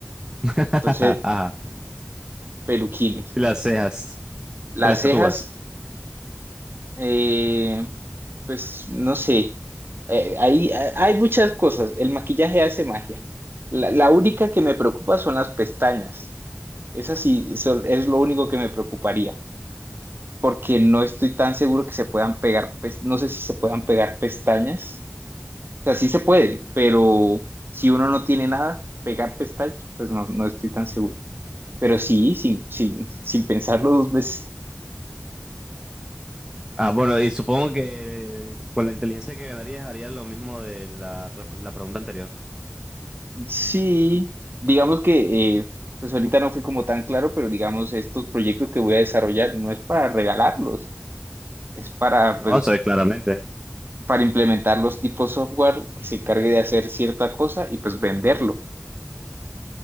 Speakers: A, on the right (about 15°); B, on the right (about 60°).
A: <laughs>
B: Entonces,
A: Ajá.
B: peluquines.
A: Y Las cejas,
B: Las
A: te las
B: cejas,
A: tatúas.
B: eh, pues no sé. Eh, ahí a- hay muchas cosas. El maquillaje hace magia. La, la única que me preocupa son las pestañas. Esas sí, son, es lo único que me preocuparía. porque no estoy tan seguro que se puedan pegar, pes- no sé si se puedan pegar pestañas. O sea, sí se puede, pero si uno no tiene nada, pegar pestañas, pues no, no estoy tan seguro. Pero sí, sin, sin, sin pensarlo dos veces,
A: Ah, bueno, y supongo que con la inteligencia que ganarías harías lo mismo de la, re- la pregunta anterior.
B: sí, digamos que, eh, pues ahorita no fui como tan claro, pero digamos, estos proyectos que voy a desarrollar no es para regalarlos, es para,
A: No,
B: pues,
A: sabes, claramente.
B: para implementar los tipos software que se encargue de hacer cierta cosa y pues venderlo.